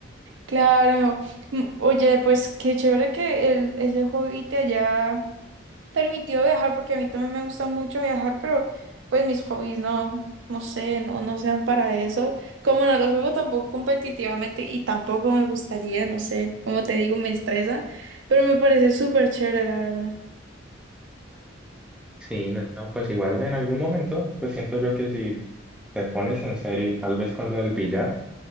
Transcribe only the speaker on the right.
Claro. Mm, Oye, pues qué chévere que el, ese hobby te haya permitido viajar porque a mí también me gusta mucho viajar, pero pues mis hobbies no, no sé, no, no sean para eso. Como no los juego tampoco competitivamente y tampoco me gustaría, no sé, como te digo, me estresa, pero me parece súper chévere, la verdad.